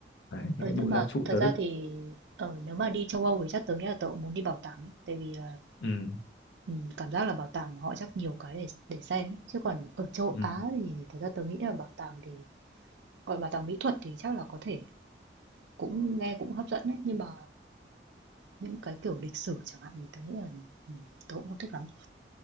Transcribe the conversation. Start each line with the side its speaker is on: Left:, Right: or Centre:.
Left: đấy
Right: ờ
Left: những cái
Right: nhưng
Left: bộ
Right: mà
Left: giáp trụ
Right: thật
Left: tớ
Right: ra
Left: đứt
Right: thì ờ, nếu mà đi châu Âu thì chắc tớ nghĩ là tớ cũng muốn đi bảo tàng đấy, tại vì là
Left: ừ
Right: ừm, cảm giác là bảo tàng họ chắc nhiều cái để để xem ấy. Chứ còn ở châu
Left: ừ
Right: Á thì thật ra tớ nghĩ là bảo tàng thì gọi bảo tàng mỹ thuật thì chắc là có thể cũng nghe cũng hấp dẫn đấy, nhưng mà những cái kiểu lịch sử chẳng hạn thì tớ nghĩ là ừm, tớ cũng không thích lắm.